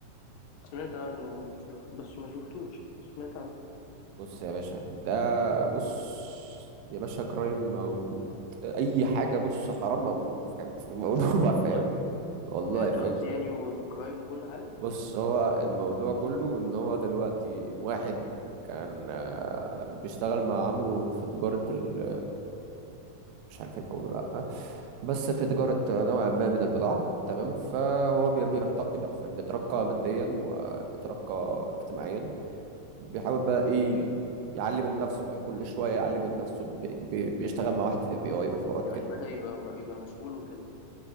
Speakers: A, on the left; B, on the right.
A: سمعت عنه بس بس ما شفتوش سمعت عنه
B: بص يا باشا ده بص يا باشا كرايم موجود اي حاجه بص حرام موجود فاهم في الموضوع <laughs>
A: والله
B: فاهم والله فاهم
A: دراجز يعني وكرايم وكل حاجه
B: بص هو الموضوع كله ان هو دلوقتي واحد كان آه، بيشتغل مع عمه في تجارة ال- مش عارف هينفع اقوله لا بس في تجاره نوع
A: مم.
B: ما من البضاعه تمام فهو
A: مم.
B: بي-
A: تمام
B: بيرتقي بقى بيترقى ماديا وبيترقى اجتماعيا بيحاول بقى ايه
A: اوكي
B: يعلي من نفسه بقى كل شويه يعلي من نفسه بي- بي- بيشتغل مع واحد في الاف بي اي وحوارات
A: يعني
B: كده
A: بدأ يبقى م- يبقى مسؤول وكده